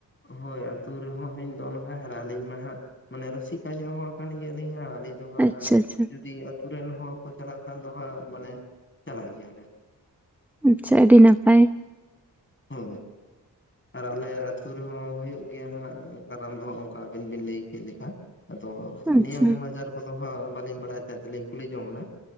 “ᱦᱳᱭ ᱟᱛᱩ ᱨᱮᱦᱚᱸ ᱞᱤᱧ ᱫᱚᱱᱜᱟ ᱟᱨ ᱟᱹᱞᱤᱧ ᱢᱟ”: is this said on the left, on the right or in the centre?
Left